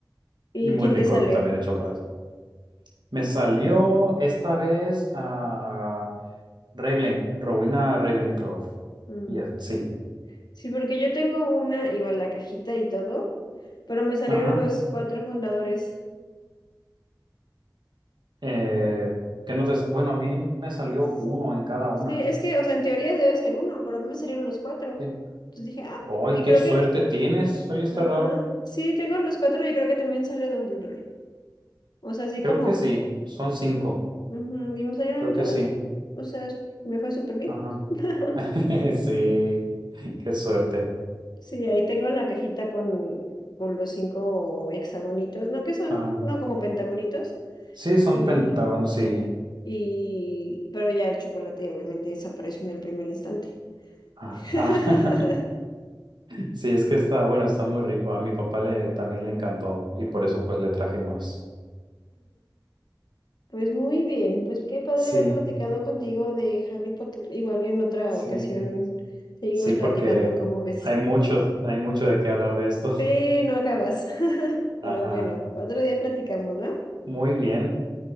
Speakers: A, on the left; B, on the right.
A: ¿Y
B: y muy
A: quién
B: rico
A: te salió?
B: también el chocolate. Me salió esta vez a Ravenclaw, Rowena Ravenclaw.
A: Mm,
B: Ya, sí,
A: Sí, porque yo tengo una, igual la cajita y todo, pero me salieron
B: ajá.
A: los cuatro fundadores.
B: Eh, ¿qué no te sa- Bueno, a mí me salió
A: Es-
B: uno en cada una.
A: sí, es que, o sea, en teoría debe ser uno, pero a mí me salieron los cuatro.
B: Sí.
A: Entonces dije, ah,
B: ¡Ay,
A: y
B: qué
A: creo
B: suerte
A: que,
B: tienes! Oye, está
A: ajá,
B: raro.
A: sí, tengo los cuatro y creo que también sale Dumbledore. O sea, así
B: Creo
A: como,
B: que sí, son cinco.
A: ujú, y me salieron
B: Creo
A: todos.
B: que sí.
A: O sea, es- me fue súper bien.
B: Ajá.
A: <laughs>
B: <laughs> Sí, qué suerte.
A: Sí, ahí tengo la cajita con, con los cinco hexagonitos, ¿no? Que son,
B: Ah,
A: no como pentagonitos.
B: sí, son
A: Y,
B: pentágonos, sí.
A: y, pero ya el chocolate obviamente desapareció en el primer instante.
B: Ah,
A: <laughs>
B: ah, <laughs> Sí, es que está, bueno, está muy rico. A mi papá le también le encantó y por eso pues le traje más.
A: Pues muy bien, pues qué padre
B: Sí,
A: haber platicado contigo de Harry Potter. Igual en otra
B: sí,
A: ocasión seguimos
B: sí, porque
A: platicando, ¿cómo ves?
B: hay mucho, hay mucho de qué hablar de esto.
A: Sí, no acabas. <laughs>
B: <laughs>
A: Pero
B: Ajá.
A: bueno, otro día platicamos, ¿va?
B: Muy bien.